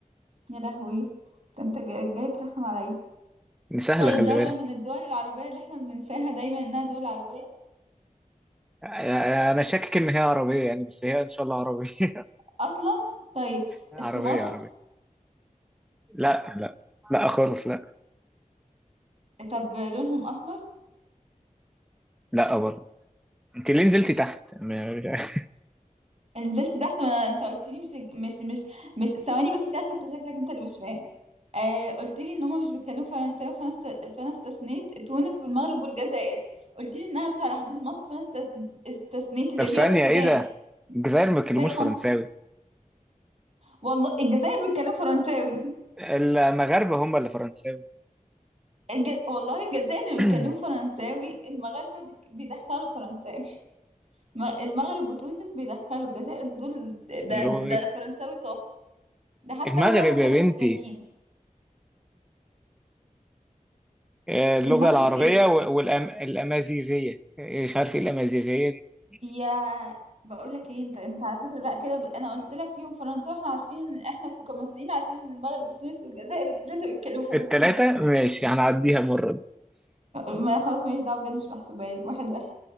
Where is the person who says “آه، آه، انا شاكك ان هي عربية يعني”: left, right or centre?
Centre